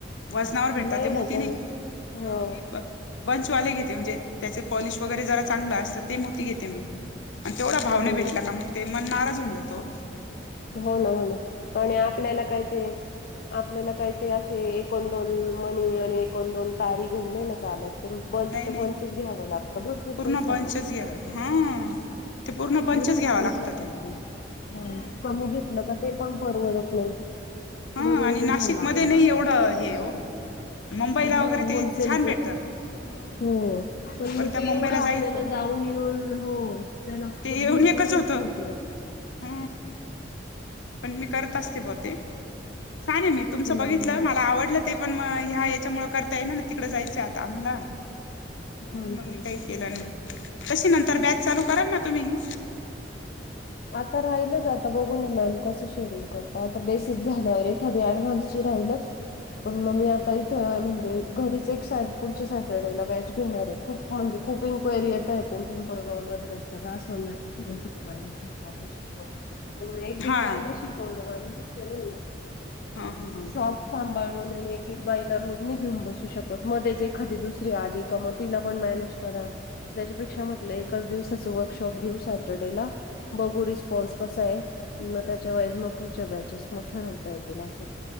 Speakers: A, on the left (about 85°); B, on the left (about 55°).
A: वजनावर भेटतात
B: नाही
A: ते
B: ना
A: मोती
B: त्या
A: नाही
B: हो
A: ह मी. बंचवाले घेते म्हणजे त्याचे पॉलिश वगैरे जरा चांगलं असतं ते मोती घेते मी. आणि तेवढा भाव नाही
B: हम्म
A: भेटला का
B: हम्म
A: मग ते मन नाराज होऊन जात ओ.
B: हो ना हो ना आणि आपल्याला काय ते आपल्याला काय ते अस एकन दोन मणी आणि एकन दोन तारी घेऊन नाही ना चालत. ते बंच
A: नाही नाही
B: बंचच घ्यावं लागतं भरपूर
A: पूर्ण
B: पैसे
A: बंचच
B: अडकतात
A: घ्या
B: त्याच्यात.
A: हा ते पूर्ण बंचच
B: भरपूर
A: घ्यावं
B: पैसे
A: लागतं
B: अडकतात
A: ते ह
B: कमी घेतलं का ते पण परवडत नाही.
A: हा
B: डबल
A: आणि
B: नि
A: नाशिकमध्ये
B: भाव लागून
A: नाही
B: जातो.
A: एवढं हे हो मुंबईला
B: हा
A: वगैरे ते
B: होलसेल
A: छान
B: चं.
A: भेटतं ह
B: हो पण म
A: त्या
B: ते
A: मुंबईला
B: एवढं आपल्याला
A: जाईल कोण
B: जाऊन येऊन हो त्याला.
A: ते
B: खुप
A: येऊन
B: भरपूर
A: एकच
B: कष्ट
A: होतं
B: आहेत ना.
A: ह पण मी करत असते बं ते छान हे मी तुमचं
B: हम्म
A: बघितलं मला आवडलं. ते पण म ह्या याच्यामुळे करता येयना ना तिकडं जायचं आता आम्हाला म्हणून
B: हो ना
A: मग
B: हो
A: मी
B: ना.
A: काही केला नाही कशी नंतर बॅक चालू करायला तुम्ही.
B: आता राहिलंच आता बघू ना मॅम कसं शेडूल करता तर बेसिक झाल्यावर एखादी ऍडव्हान्सची राहीलच पण मग मी आता हि थं म्हणजे घरीच एक सेट पुढच्या सॅटर्डेला एक बॅच घेणारे आहे खूप म्हणजे खूप इन्क्वायरी येता आहेत. कोण पिंपळगाव मधलाच कजा सोन्नाची. <unintelligible> वाटेत शिकव पण
A: हा
B: <unintelligible> शिकवण माझं शक्य नाही ना.
A: हा हा हा
B: सॉफ् सांभाळून आणि एक-एक बाईला रोज नाही घेऊन बसू शकत मध्येच एखादी दुसरी आली का मग तिला पण मॅनेज करा. त्याच्यापेक्षा म्हटलं एकच दिवसाचं वर्कशॉप घेऊ सॅटर्डे ला बघू रिस्पॉन्स कसा आहे म त्याच्या वेळेस मग पुढच्या बॅचेस मग ठरवता येतील असं.